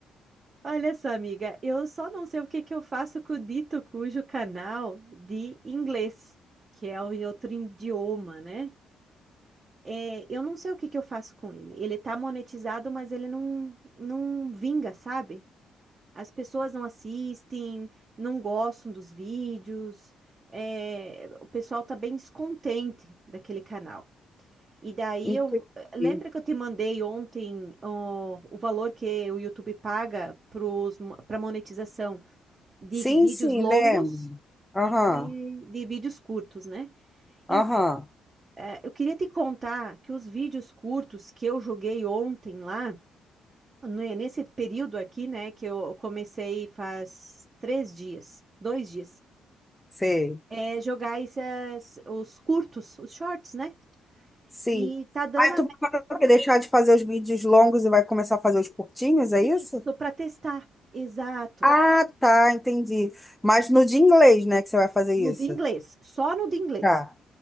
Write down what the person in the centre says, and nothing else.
Inclusive.
Sim,
sim,
lembro. Aham,
aham,
sei.
Sim.
Aí tu vai deixar de fazer os vídeos longos e vai começar a fazer os curtinhos, é isso?
Ah, tá, entendi. Mas no de inglês, né, que você vai fazer
isso?
Tá,